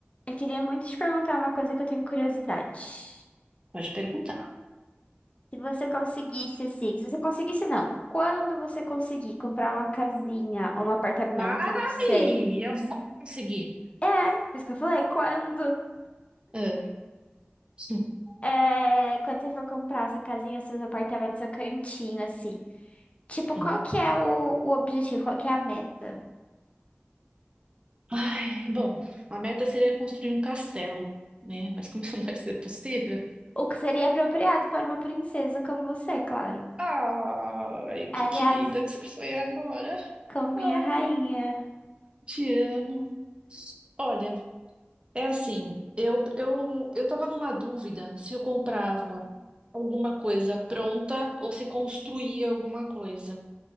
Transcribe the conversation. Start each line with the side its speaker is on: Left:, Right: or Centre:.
Left: Eu queria muito te perguntar uma coisa que eu tenho curiosidade.
Right: Pode perguntar.
Left: Se você conseguisse, assim, se você conseguisse, não. Quando você conseguir comprar uma casinha ou um apartamento,
Right: Ai,
Left: não sei.
Right: eu vou conseguir.
Left: É, por isso que eu falei, quando?
Right: Ah, hum,
Left: É, quando você for comprar essa casinha, seus apartamentos, seu cantinho, assim. Tipo,
Right: hum.
Left: qual que é o, o objetivo? Qual que é a meta?
Right: Ai, bom, a meta seria construir um castelo, né? Mas como isso não vai ser possível?
Left: O que seria apropriado para uma princesa como você, claro.
Right: Ai, que
Left: Aliás,
Right: querida que você foi agora.
Left: como minha
Right: Ai,
Left: rainha.
Right: te amo. Olha, é assim, eu, eu, eu tava numa dúvida se eu comprava alguma coisa pronta ou se construía alguma coisa.